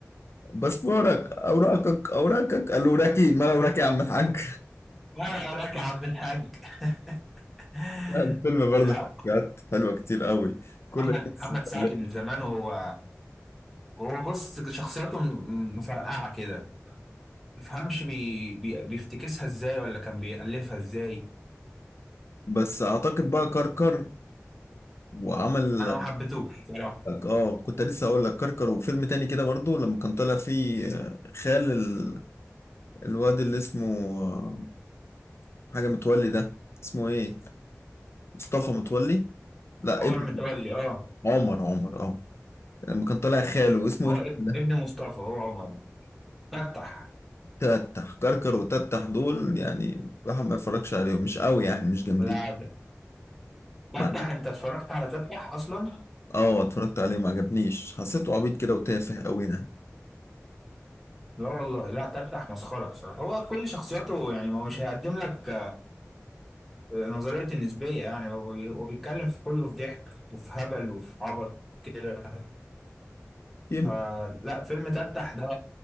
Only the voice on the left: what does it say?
باسبورك اوراقك اوراقك الاوراكي ما الاوراكي يا عم الحاج
لا، الفيلم برضه
بجد حلوة كتير قوي كل
الناس
متألفة.
بس اعتقد بقى كركر وعمل
اه كنت لسه اقول لك كركر وفيلم تاني كده برضه لما كان طالع فيه آه، خال ال... الواد اللي اسمه آه، حاجة متولي ده اسمه ايه مصطفى متولي لا
ابن
عمر عمر اه لما كان طالع خاله اسمه
ايه
تتح كركر وتتح دول يعني الواحد ما يتفرجش عليهم مش قوي يعني مش جامدين
مع-
اه اتفرجت عليه ما عجبنيش حسيته عبيط كده وتافه قوي يعني
يم-